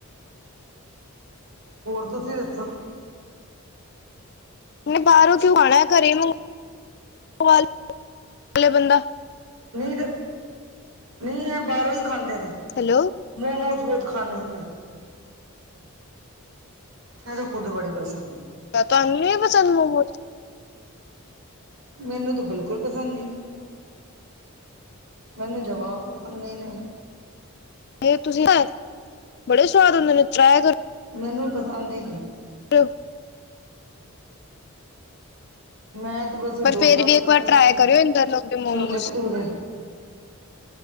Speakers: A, on the right (about 70°); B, on the left (about 45°).
A: ਹੋਰ ਤੁਸੀਂ ਦੱਸੋ?
B: ਨੀ ਬਾਹਰੋਂ ਕਿਉ ਆਉਣਾ ਘਰੇ ਮੰਗ ਵਾ ਲੇ ਬੰਦਾ।
A: ਨਈ ਤੇ, ਨਈ ਏ ਬਾਹਰੋਂ ਈ ਖਾਂਦੇ ਨੇ।
B: ਹੈਲੋ
A: ਮੋਮੋਜ਼ ਬਹੁਤ ਖਾਨੇ ਨੇ। ਮੈਂ ਤੇ ਖੁਦ ਬੜੀ ਪਰੇਸ਼ਾਨ ਆ।
B: ਅ ਤੁਹਾਨੂੰ ਨਹੀਂ ਪਸੰਦ ਮੋਮੋਜ਼?
A: ਮੈਨੂੰ ਤੇ ਬਿਲਕੁਲ ਪਸੰਦ ਨਹੀਂ ਨੇ। ਮੈਨੂੰ ਜਮਾ ਪਸੰਦ ਨਹੀਂ ਨੇ।
B: <unintelligible> ਬੜੇ ਸਵਾਦ ਹੁੰਦੇ ਨੇ ਟਰਾਈ ਕਰੋ।
A: ਮੈਨੂੰ ਪਸੰਦ ਈ ਨਹੀਂ।
B: <unintelligible>
A: ਮੈਂ ਤੇ ਬਸ
B: ਪਰ
A: ਡੋਸਾ
B: ਫੇਰ
A: ਪਸੰਦ
B: ਵੀ ਇੱਕ ਵਾਰ
A: ਕਰਦੀ
B: ਟਰਾਈ
A: ਐ,
B: ਕਰਿਓ ਇੰਦਰ ਲੋਕ ਦੇ ਮੋਮੋਸ
A: ਛੋਲੇ ਭਟੂਰੇ